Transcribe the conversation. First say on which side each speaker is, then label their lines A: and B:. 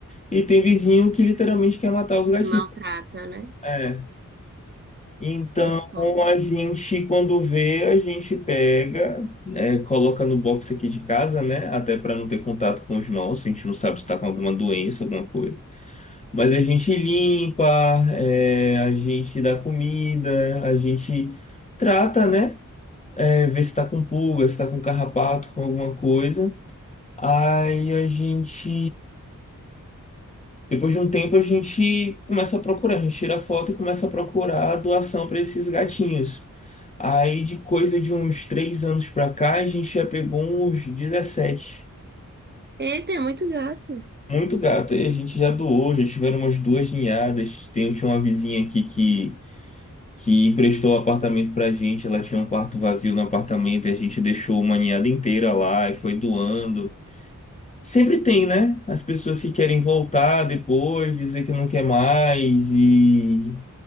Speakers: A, on the left; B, on the right.
A: E tem vizinho que literalmente quer matar os gatinhos.
B: E maltrata, né?
A: É. Então
B: É foda.
A: a gente, quando vê, a gente pega, é, coloca no box aqui de casa, né? Até para não ter contato com os nossos. A gente não sabe se está com alguma doença, alguma coisa. Mas a gente limpa, é, a gente dá comida, a gente trata, né? é, ver se tá com pulga, se tá com carrapato, com alguma coisa. Aí a gente, depois de um tempo, a gente começa a procurar, a gente tira a foto e começa a procurar a doação para esses gatinhos. Aí de coisa de uns três anos pra cá, a gente já pegou uns dezessete,
B: Eita, é muito gato.
A: Muito gato. Aí a gente já doou, já tiveram umas duas ninhadas. Tem, tinha uma vizinha aqui que que emprestou o apartamento pra gente. Ela tinha um quarto vazio no apartamento, e a gente deixou uma ninhada inteira lá e foi doando. Sempre tem, né? As pessoas que querem voltar depois, dizer que não quer mais e.